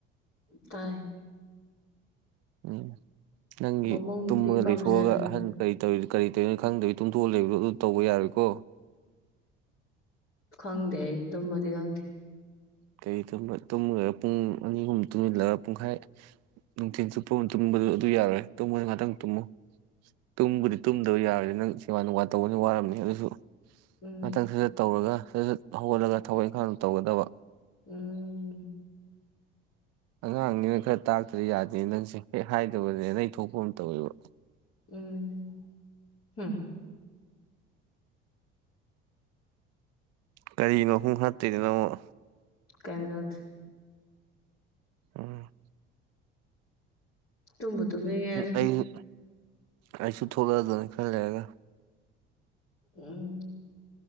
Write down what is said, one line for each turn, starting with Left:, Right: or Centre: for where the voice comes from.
Left: ꯇꯥꯏ
Right: ꯎꯝ ꯅꯪꯒꯤ
Left: ꯃꯃꯧ ꯅꯨꯄꯤ
Right: ꯇꯨꯝꯃꯒ
Left: ꯄꯥꯝꯖꯔꯕꯅꯤ
Right: ꯂꯩꯊꯣꯛꯑꯒ ꯑꯍꯟ ꯀꯩ ꯇꯧꯏꯗꯨ ꯀꯔꯤ ꯇꯧꯔꯤꯅꯣ ꯈꯪꯗꯕꯤ ꯇꯨꯝꯊꯣꯛꯑ ꯂꯩꯕꯗꯣ ꯑꯗꯨ ꯇꯧꯕ ꯌꯥꯔꯣꯏꯀꯣ
Left: ꯈꯪꯗꯦ ꯑꯩ ꯇꯨꯝꯃꯗꯤ ꯈꯪꯗꯦ
Right: ꯀꯩ ꯇꯨꯝꯕ ꯇꯨꯝꯒ꯭ꯔꯥꯒ ꯄꯨꯡ ꯑꯅꯤ ꯑꯍꯨꯝ ꯇꯨꯝꯁꯤꯜꯂꯒ ꯄꯨꯡꯈꯥꯏ ꯅꯨꯡꯊꯤꯜ ꯆꯨꯞꯄ ꯃ ꯇꯨꯝꯕꯗꯨ ꯑꯗꯨ ꯌꯥꯔꯣꯏ ꯇꯨꯝꯕꯗ ꯉꯥꯛꯇꯪ ꯇꯨꯝꯃꯨ ꯇꯨꯝꯕꯨꯗꯤ ꯇꯨꯝꯗꯕ ꯌꯥꯔꯣꯏꯗ ꯅꯪ ꯁꯦꯕꯥ ꯅꯨꯡꯕꯥ ꯇꯧꯕꯗꯤ ꯋꯥꯔꯝꯅꯤ ꯑꯗꯨꯁꯨ
Left: ꯎꯝ
Right: ꯃꯊꯛ ꯈꯔꯥ ꯇꯧꯔꯒ ꯁꯠ ꯍꯧꯒꯠꯂꯒ ꯊꯕꯛ ꯏꯪꯈꯥꯡꯗꯨ ꯇꯧꯒꯗꯕ
Left: ꯎꯝ
Right: ꯑꯉꯥꯡꯅꯤꯅ ꯈꯔ ꯇꯥꯛꯇ꯭ꯔꯗꯤ ꯌꯥꯗꯦ ꯅꯪꯁꯦ ꯍꯦꯛ ꯍꯥꯏꯗꯕꯅꯦ ꯅꯪ ꯊꯣꯛꯄ ꯑꯃ ꯇꯧꯋꯦꯕ
Left: ꯎꯝ ꯍꯨꯝ
Right: ꯀꯔꯤꯅꯣ ꯍꯨꯡ ꯍꯥꯠ ꯇꯣꯏꯗꯨꯅ ꯃꯨꯛ
Left: ꯀꯩ ꯅꯣ ꯊ
Right: ꯎꯝ
Left: ꯇꯨꯝꯕꯨ ꯇꯨꯝꯅꯤꯡ ꯉꯛꯑꯦꯗ
Right: ꯑꯩꯁꯨ ꯑꯩꯁꯨ ꯊꯣꯛꯂꯛꯒ ꯈꯔ ꯂꯩꯔꯒ
Left: ꯎꯝ